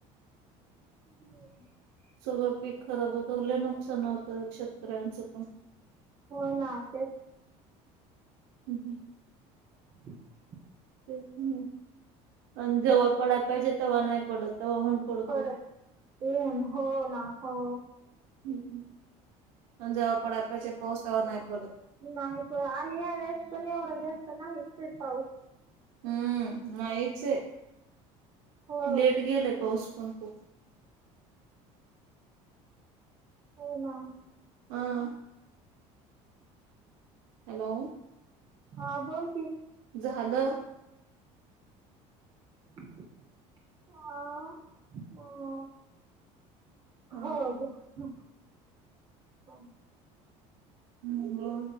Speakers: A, on the right; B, on the right.
A: रिकामा ऑडिओ
B: स्वाभाविक. खराब होतो लय नुकसान होतं एक शेतकऱ्यांचं पण..
A: हो ना तेच
B: अहं.
A: रिकामा ऑडिओ
B: तेच न आनी जवा पडाय पायजे. तेव्हा नाही पडत तेव्हा ऊन पडतो.
A: पडत ऊन हो ना हो.
B: हं आनी जवा पडाय पायजे पाऊस तवा नाय पडत.
A: नाही प आणि या वेळेस पण एवढं जास्त नाही ते पाऊस.
B: हम्म नाहीच ये.
A: हो
B: लेट गेलाय पाऊस पण खूप.
A: हो ना.
B: आ. हॅलो.
A: हा बोल कीं.
B: झालं.
A: हा ह.
B: ह
A: हो.
B: रिकामा ऑडिओ